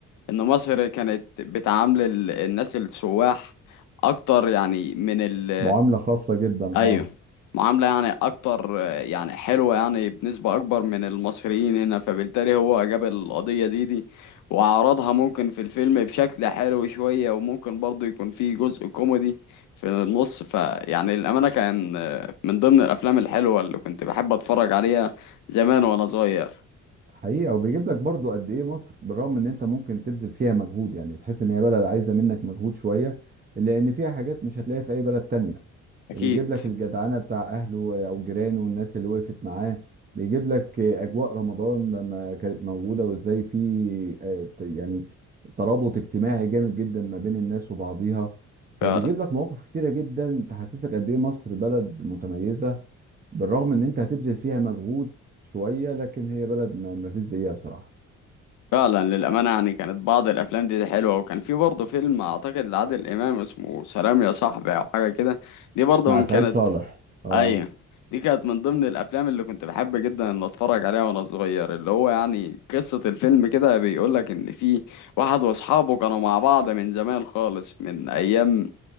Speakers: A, on the left (about 80°); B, on the right (about 30°).
A: ان مصر كانت بتعامل ال- الناس السواح اكتر يعني من ال
B: معامله خاصه جدا
A: ايوه
B: اه
A: معاملة يعني اكتر آه، يعني حلوة يعني بنسبة اكبر من المصريين هنا فبالتالي هو جاب القضية دي دي وعرضها ممكن في الفيلم بشكل حلو شوية وممكن برضه يكون فيه جزء كوميدي في النص فيعني الأمانة كان آه، من ضمن الأفلام الحلوة اللي كنت بحب أتفرج عليها زمان وأنا صغير
B: حقيقة وبيجيب لك برضو قد ايه مصر بالرغم ان انت ممكن تبذل فيها مجهود يعني تحس ان هي بلد عايزة منك مجهود شوية الا ان فيها حاجات مش هتلاقيها في اي بلد تانية
A: أكيد
B: بيجيب لك الجدعنة بتاع اهله آه، او جيرانه والناس اللي وقفت معاه بيجيب لك اجواء رمضان لما كانت موجودة وازاي في آه، ت- يعني ترابط اجتماعي جامد جدا ما بين الناس وبعضيها فبيجيب
A: فعلا
B: لك مواقف كتيرة جدا تحسسك قد ايه مصر بلد متميزة بالرغم ان انت هتبذل فيها مجهود شويه لكن هي بلد ما ما فيش زيها بصراحه
A: فعلا للأمانة يعني كانت بعض الأفلام دي, دي حلوة وكان في برضه فيلم أعتقد لعادل إمام اسمه سلام يا صاحبي أو حاجة كده دي برضه
B: مع
A: من
B: سعيد
A: كانت
B: صالح اه
A: أيوة دي كانت من ضمن الأفلام اللي كنت بحب جدا إن أتفرج عليها وأنا صغير اللي هو يعني قصة الفيلم كده بيقولك إن في واحد وأصحابه كانوا مع بعض من زمان خالص من أيام